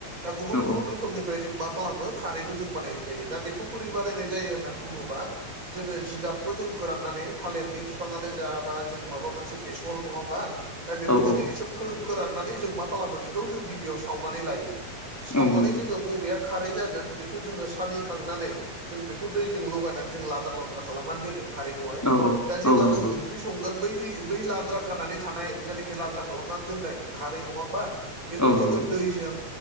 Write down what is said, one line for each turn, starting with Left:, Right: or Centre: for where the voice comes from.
Right: दा गुबुन
Centre: औ
Right: गुबुन
Centre: औ
Right: रोखोमनिफ्राय जों मा खालामो खारैखौ जों बानायनाय जायो दा बेखौ बोरै बानायनाय जायो होननानै बुङोबा जोङो जिगाबखौ जों फोराननानै थालिरनि बिफाङानो जाबा जों माबा मोनसे बेसर नङा होमबा। दा बेखौ
Centre: औ
Right: जोङो
Centre: औ
Right: एसे फो फोराननानै जों मा खालामो बेखौ जों गिबियाव सावनानै लायो। सावनानै
Centre: औ नंगौ
Right: जोङो बबेया खारै जागोन बेखौ जोङो सालिखांनानै। जों बेखौ दैजों लगायनानै जों लादार लाद्रार खालामनानै दोनो खारैखौहाय
Centre: औ औ
Right: दा जेब्ला
Centre: औ नंगौ
Right: जों ओंख्रि संगोन बै दै बै लाद्रा खानानै थानाय जायनाखि लाद्रा खालामनानै दोननाय खारै नङा होमबा बेखौ
Centre: औ नंगौ
Right: जोङो दैजों